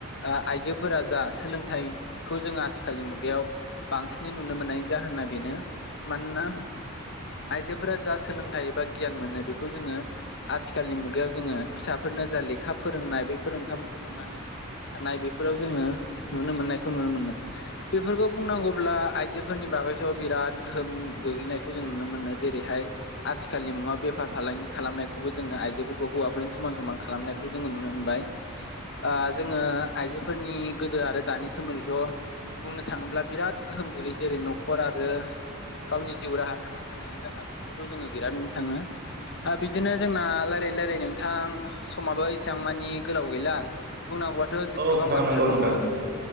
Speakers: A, on the left; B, on the right.
A: आ आइजोफोरा जा सोलोंथाइखौ जों आथिखालनि मुगायाव बांसिनै नुनो मोननायनि जाहना बेनो मानोना आइजोफोरा जा सोलोंथाइ एबा गियान मोनो बेखौ जोङो आथिखालनि मुगायाव जोङो फिसाफोरनो जा लेखा फोरोंनाय बैफोर ओंखाम ओंख्रि संनानै थानाय बेफोराव जोङो नुनो मोननायखौ नुनो मोनो। बेफोरखौ बुंनांगौब्ला आइजोफोरनि बागैथ' बिराद गोहोम गोग्लैनायखौ जों नुनो मोनो जेरैहाय। आथिखालनि मुङा बेफार फालांगि खालामनायखौबो जोङो आइजोफोरखौ हौवाफोरजों समान समान खालामनायखौ खौ जोङो नुनो मोनबाय। आ जोङो आइजोफोरनि गोदो आरो दानि सोमोन्दैथ' बुंनो थाङोब्ला बिराद गोहोम गोग्लैयो जेरै न'खर आरो गावनि जिउ राहा थांना थानायनि राहा बेफोरखौ जोङो बिरादनो नुनो थाङो। आं बिदिनो जोंना रायलायै रायलायै नोंथां समाबो इसेबां मानि गोलाव गैला। बुंनांगौआथ'
B: औ
A: गोबां
B: नोंथां
A: बाथ्रा
B: नंगौ
A: दङ।
B: नोंथां नंगौ